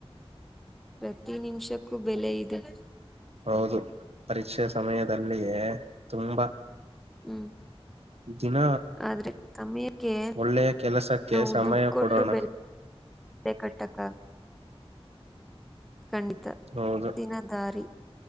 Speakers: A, in the centre; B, on the right.
A: ಪ್ರತಿ ನಿಮಿಷಕ್ಕೂ ಬೆಲೆ ಇದೆ.
B: ಹೌದು ಪರೀಕ್ಷೆ ಸಮಯದಲ್ಲಿಯೇ ತುಂಬಾ.
A: ಹ್ಮ್
B: ದಿನ
A: ಆದ್ರೆ ಸಮಯಕ್ಕೆ
B: ಒಳ್ಳೆಯ ಕೆಲಸಕ್ಕೆ
A: ನಾವು
B: ಸಮಯ
A: ದುಡ್ಡು ಕೊಟ್ಟು
B: ಕೊಡೋಣ
A: ಬೆಲೆ. ಕಟ್ಟಕ್ ಆ ಖಂಡಿತ
B: ಹೌದು
A: ದಿನ ದಾರಿ.